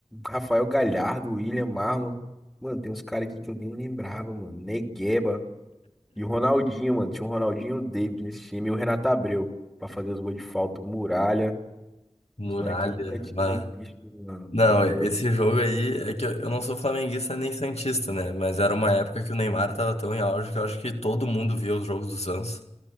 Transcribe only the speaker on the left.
muralha.
bah.
Não,
esse jogo aí é que eu eu não sou flamenguista nem santista, né? Mas era uma época que o Neymar tava tão em auge que eu acho que todo mundo via os jogos do Santos.